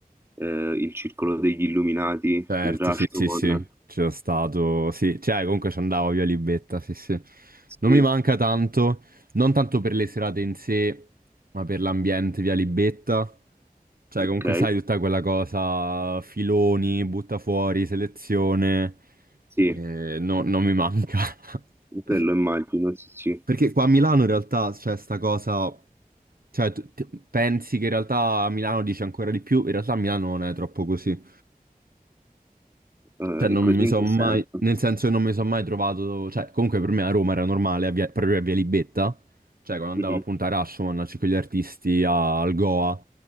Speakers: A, on the right; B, on the right.
A: eh, il Circolo degli Illuminati,
B: certo,
A: il Rashomon.
B: sì, sì, sì, c'era stato, sì, cioè comunque ci andavo via Libetta, sì, sì.
A: Sì,
B: Non mi manca tanto, non tanto per le serate in sé, ma per l'ambiente via Libetta. Cioè
A: ok,
B: comunque sai tutta quella cosa, filoni, butta fuori, selezione,
A: sì,
B: eh, no- non mi manca. <laughs>
A: quello immagino, sì, sì.
B: Perché qua a Milano in realtà c'è sta cosa, cioè tu- ti- pensi che in realtà a Milano dice ancora di più, in realtà a Milano non è troppo così.
A: Eh,
B: Cioè,
A: in
B: non
A: così
B: mi
A: in
B: sono
A: che
B: mai,
A: senso?
B: nel senso che non mi sono mai trovato, cioè, comunque per me a Roma era normale, a via- proprio a Via Libetta, cioè, quando andavo
A: Mhm,
B: appunto a Rashomon, a Circo degli Artisti, a- al Goa,